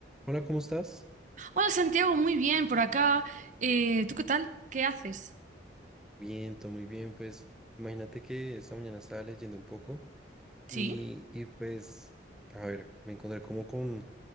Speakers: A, in the centre; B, on the right.
A: Hola, ¿cómo estás?
B: Hola Santiago, muy bien por acá. Eh, ¿tú qué tal? ¿Qué haces?
A: Bien, todo muy bien. Pues imagínate que esta mañana estaba leyendo un poco
B: Sí,
A: y, y, pues, a ver, me encontré como con,